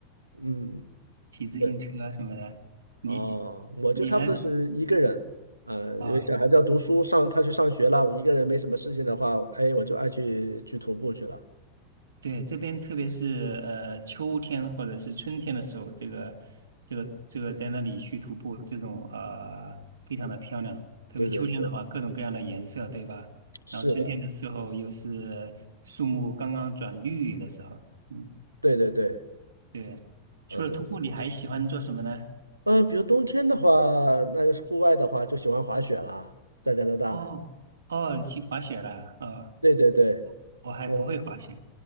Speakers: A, on the right; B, on the right.
A: 嗯，
B: 骑自行车什么的。
A: 对。
B: 你
A: 哦，我就差不多是一个人，
B: 你呢？
A: 呃，
B: 哦，
A: 因为小孩子要读书，上他去上学了，我一个人没什么事情的话，哎，我就爱去去徒步去了。
B: 对，这边特别是呃秋天或者是春天的时候，这个这个这个在那里去徒步，这种呃非常的漂亮。特别秋天的话，
A: 对对对，
B: 各种各样的颜色，对吧？
A: 是的，
B: 然后春天的时候又是树木刚刚转绿的时候，嗯，
A: 对对对，
B: 对。除了徒步，
A: 嗯
B: 你还喜欢做什么呢？
A: 嗯，比如冬天的话，那就是户外的话，就喜欢滑雪啦，在加拿大。
B: 哦哦，你去滑雪了？哦，
A: 对对对，
B: 我还不会滑雪，
A: 我